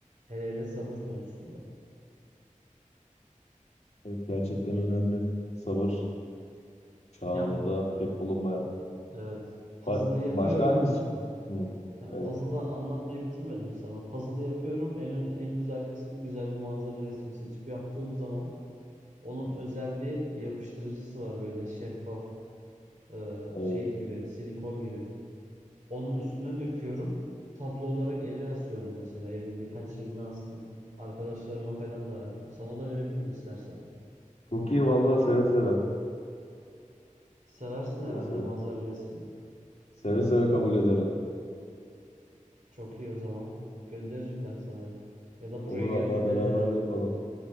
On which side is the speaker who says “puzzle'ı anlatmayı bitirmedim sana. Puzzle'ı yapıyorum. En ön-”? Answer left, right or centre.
Right